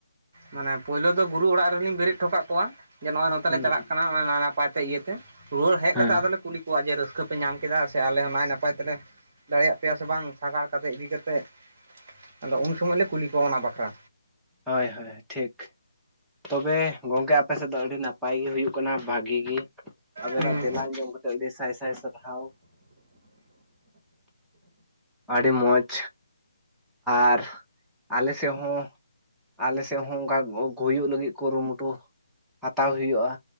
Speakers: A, on the right (about 30°); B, in the centre.
A: ᱢᱟᱱᱮ ᱯᱳᱭᱞᱳ ᱫᱚ ᱜᱩᱨᱩ ᱚᱲᱟᱜ ᱨᱮᱞᱤᱧ ᱵᱮᱨᱮᱫ ᱦᱚᱴᱚᱟᱜ ᱠᱚᱣᱟ, ᱡᱮ ᱱᱚᱜᱼᱚᱭ ᱱᱚᱛᱮ
B: ᱦᱩᱸ
A: ᱪᱟᱞᱟᱜ ᱠᱟᱱᱟ ᱱᱟᱭ ᱱᱟᱯᱟᱭ ᱛᱮ ᱤᱭᱟᱹᱛᱮ ᱨᱩᱣᱟᱹᱲ ᱦᱮᱡ
B: ᱦᱮᱸ
A: ᱠᱟᱛᱮ ᱟᱫᱚᱞᱮ ᱠᱩᱞᱤ ᱟᱠᱚᱣᱟᱜ ᱡᱮ ᱨᱟᱹᱥᱠᱟᱹ ᱯᱮ ᱧᱟᱢ ᱠᱮᱫᱟ ᱥᱮ ᱟᱞᱮ ᱦᱚᱸ ᱱᱟᱭ ᱱᱟᱯᱟᱭ ᱛᱮᱞᱮ ᱫᱟᱲᱮᱭᱟᱜ ᱯᱮᱭᱟ ᱥᱮ ᱵᱟᱝ ᱥᱟᱜᱟᱲ ᱠᱟᱛᱮᱜ ᱤᱫᱤ ᱠᱟᱛᱮᱜ? ᱟᱫᱚ ᱩᱱ ᱥᱚᱢᱚᱭ ᱞᱮ ᱠᱩᱞᱤ ᱠᱚᱣᱟ ᱚᱱᱟ ᱵᱟᱠᱷᱨᱟ᱾
B: ᱦᱳᱭ ᱦᱳᱭ ᱴᱷᱤᱠ ᱛᱚᱵᱮ ᱜᱚᱢᱠᱮ ᱟᱯᱮ ᱥᱮᱫ ᱫᱚ ᱟᱹᱰᱤ ᱱᱟᱯᱟᱭ ᱜᱮ ᱦᱩᱭᱩᱜ ᱠᱟᱱᱟ ᱵᱷᱟᱜᱤ ᱜᱤ ᱟᱵᱮᱱᱟᱜ
A: ᱦᱩᱸ
B: ᱛᱮᱞᱟ ᱟᱡᱚᱢ ᱠᱟᱛᱮᱜ ᱟᱹᱰᱤ ᱥᱟᱭ ᱥᱟᱭ ᱥᱟᱨᱦᱟᱣ ᱟᱹᱰᱤ ᱢᱚᱸᱡᱽ, ᱟᱨ ᱟᱞᱮ ᱥᱮᱫ ᱦᱚᱸ ᱟᱞᱮ ᱥᱮᱫ ᱦᱚᱸ ᱚᱱᱠᱟ <unintelligible> ᱦᱩᱭᱩᱜ ᱞᱟᱹᱜᱤᱫ ᱠᱩᱨᱩᱢᱩᱴᱩ ᱦᱟᱛᱟᱣ ᱦᱩᱭᱩᱜᱼᱟ